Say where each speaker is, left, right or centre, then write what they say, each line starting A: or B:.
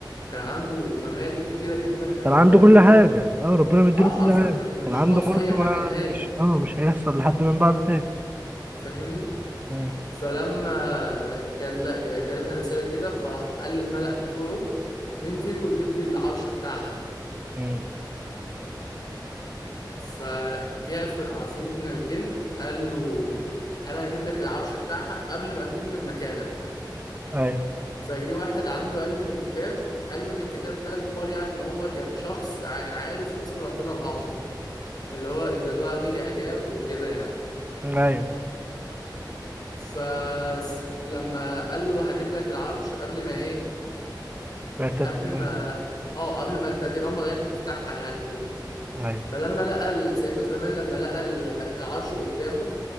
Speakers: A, on the left; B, on the right.
A: كان عنده ممالك كتيره جدا كان
B: كان
A: هو
B: عنده
A: بيحكمها
B: كل حاجة اه ربنا مديله
A: اه حرفيا
B: كل حاجة
A: م- مش
B: كان عنده
A: ناقصه
B: ملك
A: اي
B: ما
A: حاجه نهائي
B: مش اه مش هيحصل لحد من بعده تاني
A: فاهمني
B: امم
A: فلما ر- جات لا جا- جالها رساله كده فراح قال للملأ بتوعه مين فيكم يجيب لي العرش بتاعها
B: امم
A: فجاء فر- عفريت من الجن قال له انا هجيب لك العرش بتاعها قبل ما تقوم من مكانك
B: ايوه
A: فجه واحد عنده علم من الكتاب علم من الكتاب ده يقال يعني ان هو كان شخص يعني عارف اسم ربنا الاعظم اللي هو اذا دعا به اجاب وكده يعني
B: ايوه
A: فلما قال له هجيب لك العرش قبل ما ايه
B: بيرتد
A: قبل
B: إليه
A: ما اه قبل ما انت تغمض عينك وتفتحها يعني وكده
B: ايوه
A: فلما لقى ال- سيدنا سليمان لما لقى ال- العرش قدامه